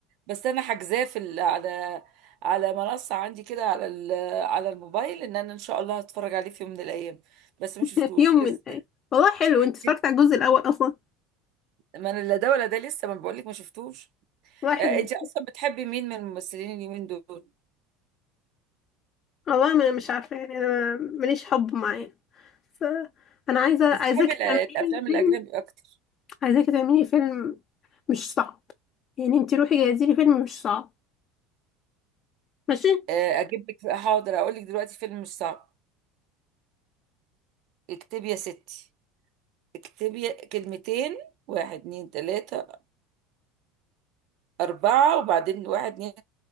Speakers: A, on the right (about 60°); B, on the left (about 40°).
A: بس انا حاجزاه في ال- على على منصه عندي كده على ال- على الموبايل ان انا ان شاء الله هتفرج عليه في يوم من الايام بس ما
B: <laughs>
A: شفتوش
B: يوم
A: لسه
B: من ايه والله حلو انت
A: <laughs>
B: اتفرجت على الجزء الاول اصلا
A: ما انا لا ده ولا ده لسه ما بقولك ما شفتوش
B: والله حلو
A: آه، انت اصلا بتحبي مين من الممثلين اليومين دول
B: والله ما مش عارفه يعني انا ماليش حب معاه بس انا عايزه
A: بتحبي
B: عايزاكي
A: ال- الافلام
B: تعملي لي فيلم
A: الاجنبي اكتر
B: عايزاكي تعملي لي فيلم مش صعب يعني انت روحي جهزي لي فيلم مش صعب ماشي
A: آه، اجيب لك حاضر اقول لك دلوقتي فيلم مش صعب اكتبي يا ستي اكتبي كلمتين واحد اتنين تلاتة أربعة وبعدين واحد اتنين